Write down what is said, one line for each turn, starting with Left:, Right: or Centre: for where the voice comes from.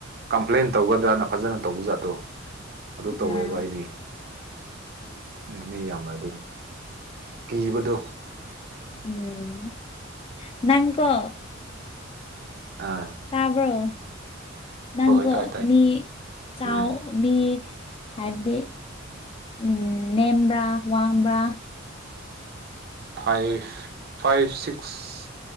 Right: ꯀꯝꯄ꯭ꯂꯦꯟ ꯇꯧꯒꯗ꯭ꯔꯥꯅ ꯐꯖꯅ ꯇꯧꯕꯖꯥꯠꯇꯣ ꯑꯗꯨ ꯇꯧꯋꯦꯕ
Left: ꯑꯥ
Right: ꯑꯩꯗꯤ ꯎꯝ ꯃꯤ ꯌꯥꯝꯃꯗꯤ ꯀꯤꯕꯗꯣ
Left: ꯎꯝ ꯅꯪꯀꯣ
Right: ꯑꯥ
Left: ꯇꯕ꯭ꯔꯣ ꯅꯪꯒ
Right: ꯍꯣꯏ ꯍꯣꯏ ꯇꯥꯏ ꯇꯥꯏ
Left: ꯃꯤ ꯆꯥꯎ
Right: ꯎꯝ
Left: ꯃꯤ ꯍꯥꯏꯕꯗꯤ ꯎꯝ ꯅꯦꯝꯕ꯭ꯔꯥ ꯋꯥꯡꯕ꯭ꯔꯥ
Right: ꯐꯥꯏꯚ ꯐꯥꯏꯚ ꯁꯤꯛꯁ